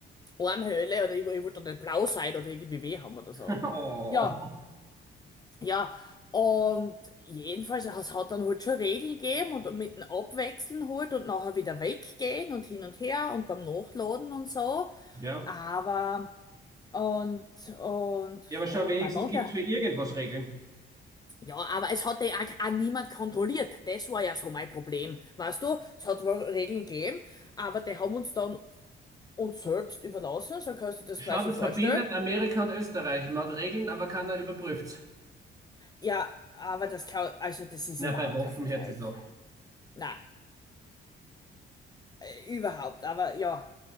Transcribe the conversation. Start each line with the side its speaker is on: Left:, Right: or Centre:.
Left: Armhöhle oder ich, ich wollte dann nicht blau sein oder irgendwie weh haben oder
Right: <laughs>
Left: so.
Right: Oh.
Left: Ja, ja. Und jedenfalls, es hat dann halt schon Regeln gegeben und mit dem Abwechseln halt und nachher wieder weggehen und hin und her und beim Nachladen und so.
Right: Ja.
Left: Aber, und, und,
Right: Ja, aber schau,
Left: oh,
Right: wenigstens
Left: mein Mann,
Right: gibt
Left: der
Right: es für irgendwas Regeln.
Left: Ja, aber es hat ja auch auch niemand kontrolliert. Das war ja so mein Problem. Weißt du, es hat wohl Regeln gegeben, aber die haben uns dann uns selbst überlassen, so kannst du dir das
Right: Schau,
Left: quasi
Right: das
Left: vorstellen.
Right: verbindet Amerika und Österreich. Man hat Regeln, aber keiner überprüft's.
Left: Ja, aber das kann, also das ist
Right: Na,
Left: überhaupt
Right: bei Waffen
Left: kein Vergleich.
Right: hört es auf.
Left: Na, äh, überhaupt, aber ja.